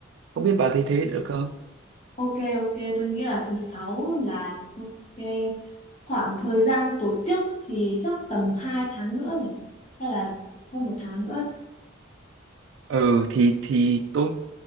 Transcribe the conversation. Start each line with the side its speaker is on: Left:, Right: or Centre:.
Right: không biết bà thấy thế được không
Left: Ok ok tôi nghĩ là thứ sáu là cái khoảng thời gian tổ chức thì chắc tầm 2 tháng nữa nhỉ hay là hơn một tháng nữa
Right: ừ thì thì tôi